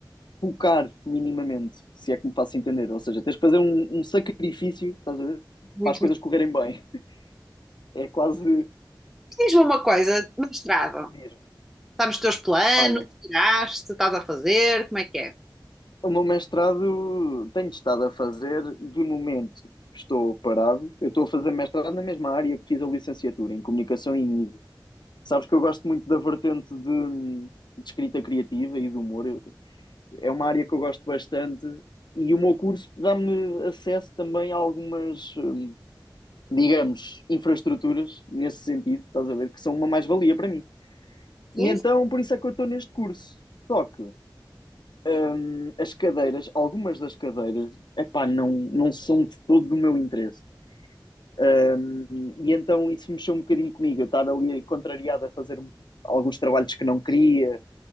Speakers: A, on the left; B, in the centre.
A: focar minimamente, se é que me faço entender. Ou seja, tens que fazer um, um sacrifício, estás a ver?
B: muito
A: Para as coisas
B: bem.
A: correrem bem. <laughs> É quase
B: Diz-me uma coisa, mestrado,
A: mesmo.
B: está nos teus planos,
A: Olha,
B: tiraste, estás a fazer, como é que é?
A: o meu mestrado tenho estado a fazer, de momento estou parado. Eu estou a fazer mestrado na mesma área que fiz a licenciatura, em comunicação e mídia. Sabes que eu gosto muito da vertente de, de escrita criativa e do humor. Eu- É uma área que eu gosto bastante e o meu curso dá-me acesso também a algumas, hum, digamos, infraestruturas nesse sentido, estás a ver, que são uma mais-valia para mim.
B: Sim,
A: E então, por isso é que eu estou neste curso. Só que hum, as cadeiras, algumas das cadeiras, epá, não, não são de todo do meu interesse. Hum, e então isso mexeu um bocadinho comigo, eu estar ali contrariado a fazer alguns trabalhos que não queria,